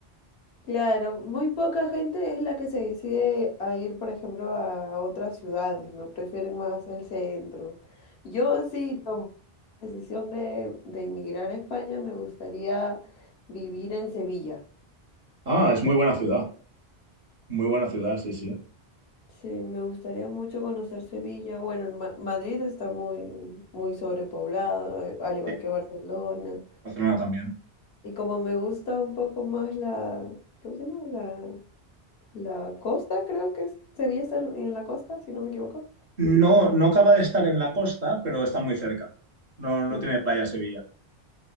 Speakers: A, on the left (about 75°); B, on the right (about 45°).
A: Claro, muy poca gente es la que se decide a ir, por ejemplo, a otras ciudades, ¿no? Prefieren más el centro. Yo sí tomé la decisión de, de emigrar a España, me gustaría vivir en Sevilla.
B: Ah, es muy buena ciudad. Muy buena ciudad, sí, sí.
A: Sí, me gustaría mucho conocer Sevilla. Bueno, en Ma- Madrid está muy, muy sobrepoblado, eh, al igual
B: Sí,
A: que Barcelona.
B: Barcelona también.
A: Y como me gusta un poco más la, ¿cómo se llama? La, la costa, creo que es- Sevilla está en en la costa, si no me equivoco.
B: No, no acaba de estar en la costa, pero está muy cerca. No, no
A: Mm.
B: tiene playa Sevilla.